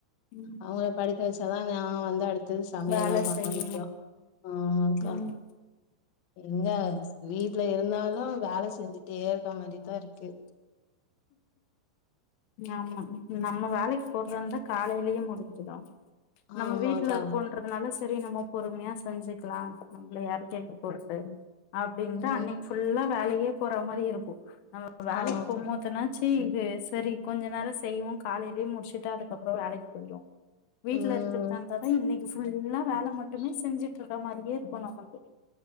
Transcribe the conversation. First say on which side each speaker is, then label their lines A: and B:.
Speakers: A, on the left (about 85°); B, on the left (about 55°).
A: ம்
B: அவ்ங்கள படுக்க வச்சாதா நா வந்து அடுத்தது சமையல்லா
A: வேல
B: பண்ண
A: செய்ய
B: முடியு ஆமாங்க்கா
A: ம்
B: எங்க வீட்ல இருந்தாலு வேல செஞ்சு ட்டே இருக்கா மாரிதா இருக்கு
A: ஆமா நம்ம வேலைக் போறதாருந்தா காலைலயே முடிஞ்சிடு நம்ம
B: ஆமாக்கா
A: வீட்ல இருக்கோன்றதுனால செரி நம்ம பொறுமையா செஞ்சுக்கலா நம்ப்ள யாரு கேக்க போறது அப்டின்ட்டு
B: ம்
A: அன்னைக் ஃபுல்லா வேலையே போற மாரி இருக்கு நம்ம வேலைக்
B: ஆமா
A: போம் போதுனாச்சி ஆ செரி கொஞ்ச நேரொ செய்வோ காலைலயே முடிச்சுட்டா அதுக்கப்றொ வேலைக் கொஞ்சொ வீட்ல
B: ம்
A: இருக்றதார்ந்தாதா இன்னைக்கு ஃபுல்லா வேல மட்டுமே செஞ்சு ட்ருக்குற மாரியே இருக்கு நம்ளுக்